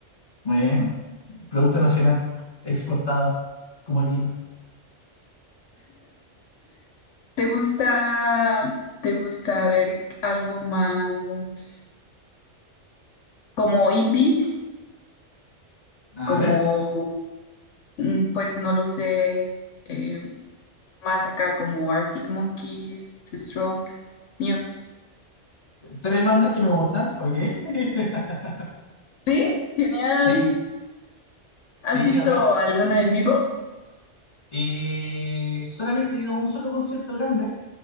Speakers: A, on the left; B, on the left.
A: Muy bien. producto nacional exportado, como el vino.
B: ¿Te gusta, te gusta ver algo más como indie,
A: A
B: como,
A: ver,
B: mm, pues no lo sé, eh, más acá como Arctic Monkeys, The Strokes, Muse?
A: tres bandas que me gustan, ok. <laughs>
B: Sí, genial.
A: Sí,
B: ¿Has
A: sí,
B: visto
A: aparte.
B: alguno en vivo?
A: eh, solamente he ido a un solo concierto grande